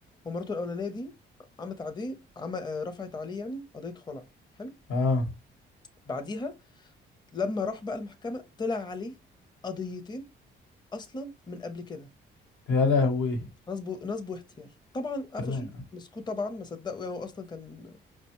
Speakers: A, on the left; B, on the left.
A: هو مراته الأولانية دي قامت عليه عم... آه، رفعت عليه يعني قضية خلع حلو
B: اه
A: بعديها لما راح بقى المحكمة طلع عليه قضيتين أصلا من قبل كده
B: يا لهوي
A: نصب نصب واحتيال طبعا قفشوه
B: يا لهوي
A: مسكوه طبعا ما صدقوا يعني هو اصلا كان